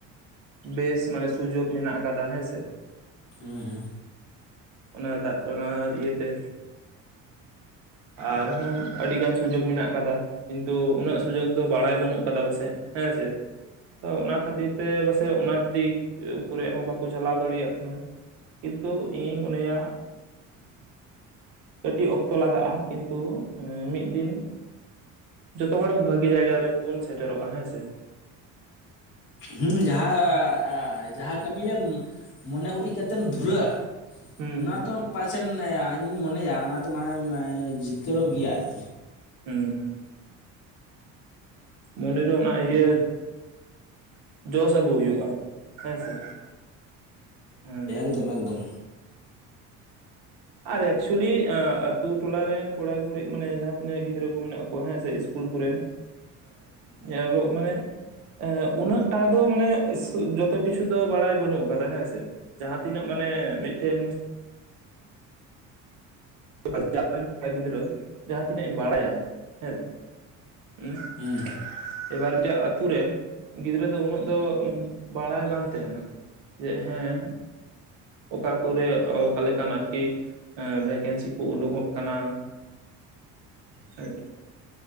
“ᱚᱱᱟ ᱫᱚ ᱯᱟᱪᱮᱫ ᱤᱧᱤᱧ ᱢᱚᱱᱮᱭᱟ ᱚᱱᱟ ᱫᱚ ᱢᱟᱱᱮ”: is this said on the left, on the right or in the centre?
Left